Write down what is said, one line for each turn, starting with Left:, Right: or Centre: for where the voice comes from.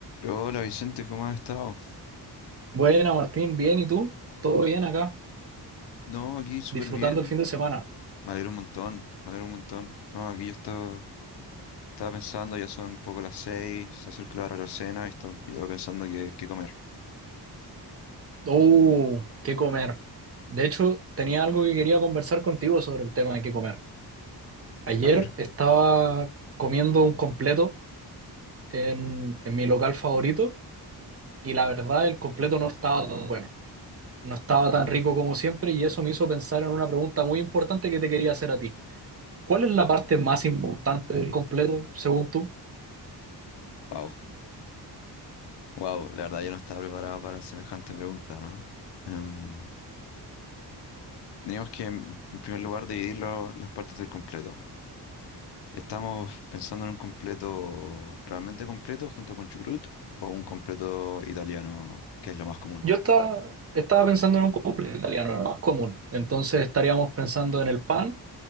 Left: Hola Vicente, ¿cómo has estado?
Right: Buena, Martín, bien, ¿y tú? ¿Todo bien acá?
Left: No, aquí súper
Right: Disfrutando
Left: bien.
Right: el fin de semana.
Left: Me alegro un montón, me alegro un montón. No, aquí yo estaba, estaba pensando, ya son un poco las seis, se acerca la hora de la cena y estaba yo pensando qué, qué comer.
Right: ¡Oh! ¿Qué comer? De hecho, tenía algo que quería conversar contigo sobre el tema de qué comer. Ayer
Left: A ver,
Right: estaba comiendo un completo en, en mi local favorito y la verdad el completo no estaba tan bueno, no estaba tan rico como siempre y eso me hizo pensar en una pregunta muy importante que te quería hacer a ti. ¿Cuál es la parte más importante del completo, según tú?
Left: wow, wow, la verdad yo no estaba preparado para semejante pregunta, ¿no? Em, teníamos que, en en primer lugar, dividir lo- las partes del completo. ¿Estamos pensando en un completo realmente completo junto con chucrut o un completo italiano, que es lo más común?
Right: Yo estaba, estaba pensando en un cumple italiano, lo más común. Entonces estaríamos pensando en el pan,